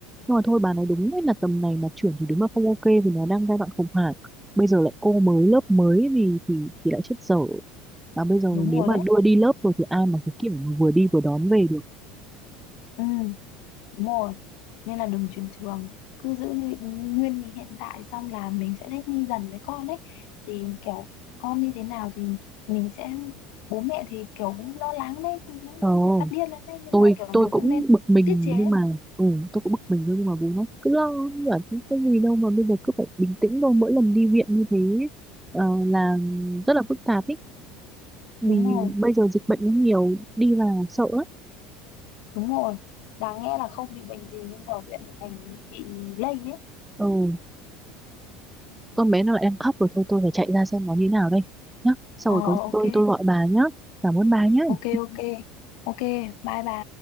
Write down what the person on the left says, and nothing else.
đúng
rồi
đấy.
Ừ, Đúng rồi. Nên là đừng chuyển trường. Cứ giữ như nguyên như hiện tại xong là mình sẽ thích nghi dần với con ấy. Thì kiểu con như thế nào thì mình sẽ bố mẹ thì kiểu cũng lo lắng đấy, cũng những
lúc người phát điên lên đấy nhưng
mà kiểu
mình
cũng nên
tiết chế.
Đúng rồi,
đúng rồi. Đáng nghe là không bị bệnh gì nhưng vào viện lại thành bị lây ấy.
Ờ
ok,
ok ok. Ok, bye bà.